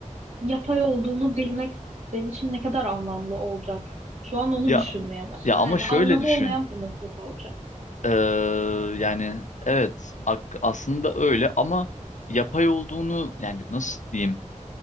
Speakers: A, on the right; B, on the left.
A: yapay olduğunu bilmek benim için ne kadar anlamlı olacak? Şu an onu
B: Ya
A: düşünmeye başladım.
B: ya ama
A: Yani
B: şöyle
A: anlamı
B: düşün.
A: olmayan bir mutluluk olacak.
B: Eee, yani evet ak- aslında öyle ama yapay olduğunu yani nasıl diyeyim?